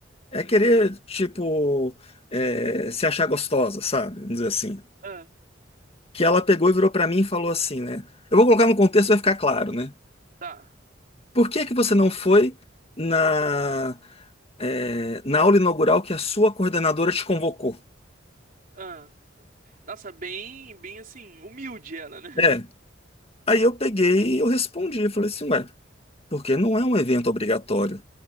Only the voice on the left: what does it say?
É querer tipo é, se achar gostosa, sabe? Vamos dizer assim.
Que ela pegou e virou pra mim e falou assim, né? Eu vou colocar no contexto vai ficar claro, né?
Por que que você não foi na, eh, na aula inaugural que a sua coordenadora te convocou?
É. Aí eu peguei e eu respondi, eu falei assim, ué, porque não é um evento obrigatório.